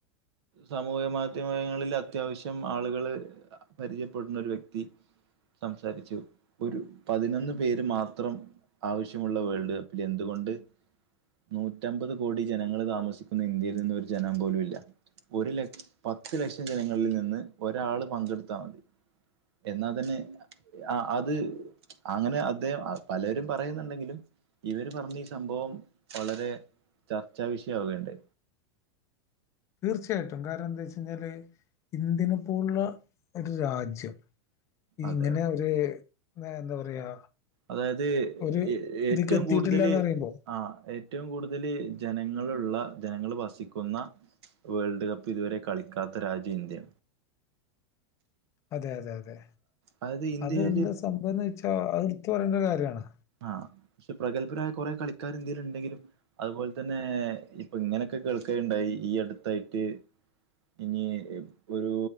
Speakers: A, on the right; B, on the left.
A: സമൂഹ മാധ്യമങ്ങളിൽ അത്യാവശ്യം ആളുകള് പരിചയപ്പെടുന്ന ഒരു വ്യക്തി സംസാരിച്ചു ഒരു പതിനൊന്ന് പേര് മാത്രം ആവശ്യമുള്ള വേൾഡ് എന്തുകൊണ്ട് നൂറ്റമ്പത് കോടി ജനങ്ങള് താമസിക്കുന്ന ഇന്ത്യയിൽ നിന്ന് ഒരു ജനം പോലും ഇല്ല ഒരു ല പത്ത് ലക്ഷം ജനങ്ങളിൽ നിന്ന് ഒരാൾ പങ്കെടുത്ത് ത്താ മതി എന്നാൽ തന്നെ ആഹ അത് അങ്ങനെ അദ്ദേഹം പലരും പറയുന്നുണ്ടെങ്കിലും ഇവര് പറഞ്ഞ ഈ സംഭവം വളരെ ചർച്ചാ വിഷയമാവേണ്ടെ
B: തീർച്ചയായിട്ടും കാരണം എന്താ വെച്ച് കഴിഞ്ഞാല് ഇന്ത്യനെ പോലുള്ള ഒരു രാജ്യം
A: അതെ
B: ഇങ്ങനെ
A: അതെ
B: ഒരു എന്താ പറയാ
A: അതായത്
B: ഒരു
A: ഏറ്റവും
B: ഇതിക്ക് എത്തിയിട്ടില്ലാന്ന്
A: കൂടുതല്
B: പറയുമ്പോ
A: ആഹ ഏറ്റവും കൂടുതൽ ജനങ്ങളുള്ള ജനങ്ങൾ വസിക്കുന്ന വേൾഡ് കപ്പ് ഇതുവരെ കളിക്കാത്ത രാജ്യം ഇന്ത്യ
B: അതെ അതെ അതെ
A: അതായത് ഇന്ത്യയില്
B: അത് എന്താ സംഭവംന്ന് വെച്ചാ അതെടുത്ത് പറയേണ്ട ഒരു കാര്യമാണ്
A: ആഹ പക്ഷേ പ്രഗത്ഭരായ കുറെ കളിക്കാര് ഇന്ത്യയിൽ ഉണ്ടെങ്കിലും അതുപോലെ തന്നെ ഇപ്പൊ ഇങ്ങനെയൊക്കെ കേൾക്കയുണ്ടായി ഈ അടുത്തായിട്ട് ഇനി ഒരു